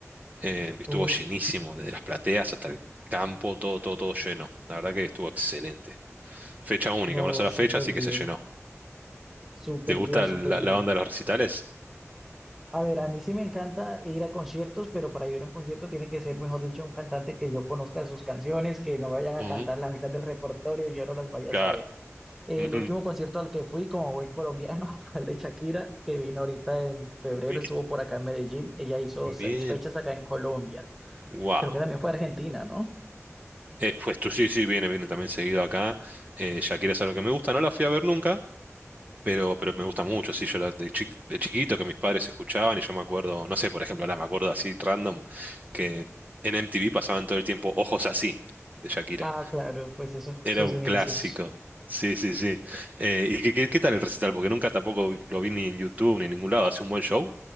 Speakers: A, on the right; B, in the centre.
A: eh, y estuvo
B: Uf,
A: llenísimo, desde las plateas hasta el campo, todo, todo, todo lleno. La verdad que estuvo excelente. Fecha única,
B: no,
A: una sola
B: súper
A: fecha, así
B: bien,
A: que se llenó.
B: súper
A: ¿Te gusta
B: bien, súper
A: la,
B: bien.
A: la onda de los recitales?
B: A ver, a mí sí me encanta ir a conciertos, pero para ir a un concierto tiene que ser, mejor dicho, un cantante que yo conozca sus canciones, que no vayan a
A: Ujú.
B: cantar la mitad del repertorio y yo no las vaya
A: Claro.
B: a saber. El
A: Ujú.
B: último concierto al que fui como buen colombiano <laughs> fue el de Shakira, que vino ahorita en febrero,
A: Bien.
B: estuvo por acá en Medellín. Ella hizo
A: Bien.
B: seis fechas acá en Colombia.
A: Wow.
B: Creo que también fue a Argentina, ¿no?
A: Eh, pues tú sí, sí, viene, viene también seguido acá. Eh, Shakira es algo que me gusta, no la fui a ver nunca, Pero, pero me gusta mucho, sí, yo era de, chi- de chiquito que mis padres escuchaban y yo me acuerdo, no sé, por ejemplo, ahora me acuerdo así random, que en MTV pasaban todo el tiempo Ojos así, de Shakira.
B: Ah, claro, pues esos
A: Era
B: sus
A: un
B: inicios.
A: clásico. Sí, sí, sí. Eh, ¿y qué, qué, qué tal el recital? Porque nunca tampoco lo vi ni en YouTube ni en ningún lado. ¿Hace un buen show?